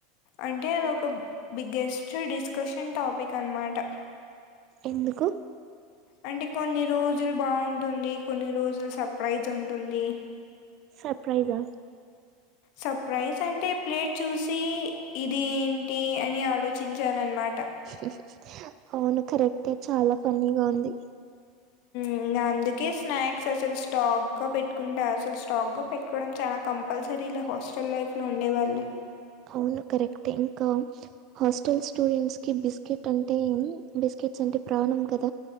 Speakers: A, on the left (about 55°); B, on the right (about 45°).
A: అంటే అదొక బిగ్గెస్ట్ డిస్కషన్ టాపిక్ అనమాట
B: ఎందుకు
A: అంటే కొన్ని రోజులు బాగుంటుంది. కొన్ని రోజులు సర్ప్రైజ్ ఉంటుంది.
B: సర్ప్రైజా
A: సర్ప్రైజ్ అంటే ప్లేట్ చూసి ఇది ఏంటి అని ఆలోచించాల్న్మాట
B: హ్ హ్ ఔను కరెక్టే చాల ఫన్నీగ ఉంది <inaudible>
A: ఇంగ్ అందుకే స్నాక్స్ అసలు స్టాక్గా పెట్టుకుంట అసలు స్టాక్గ పెట్టుకోవడం చాన కంపల్సరీలో హాస్టల్ లైఫ్లో ఉండేవాళ్ళు
B: ఔను కరెక్టే ఇంక హాస్టల్ స్టూడెంట్స్కి బిస్కెట్ అంటే ఎమ్ బిస్కెట్స్ అంటే ప్రాణం కద